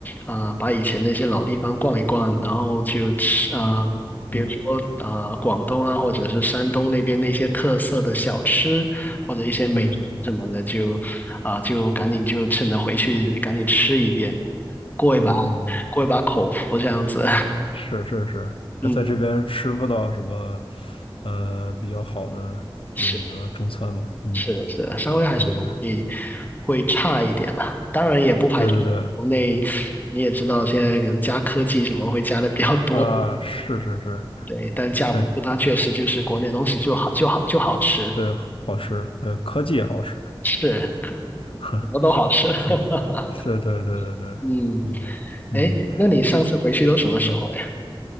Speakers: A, on the left; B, on the left.
A: 啊、把以前那些老地方逛一逛，然后就吃，啊、比如说啊、
B: 嗯
A: 广东啊，或者是山东那边那些特色的小吃，或者一些美食什么的，
B: 嗯嗯
A: 就啊、就赶紧就趁着回去赶紧吃一遍，过一把
B: 嗯，
A: 过一把口福这样子，
B: 是是是，他在这边吃不到什么
A: <laughs> 嗯。
B: 呃比较好的呃那个中餐吧？
A: 是。
B: 嗯，
A: 是的，是的，稍微还是会
B: 感觉
A: 会差一点了。当然也不排除国内，
B: 对对对
A: 你也知道现在可能加科技什么会加的比较多，
B: 啊，是是是，
A: <laughs> 对，但架不住它确实就是国内东西就好就好就好吃，
B: 对对，好吃，呃，科技也好吃，<laughs>
A: 是，可
B: 呵，
A: 什么都好吃。<laughs>
B: 可以是，对对对对对，
A: 嗯，
B: 已经，嗯，
A: 哎，那你上次回去都什么时候了呀？
B: 那嗯。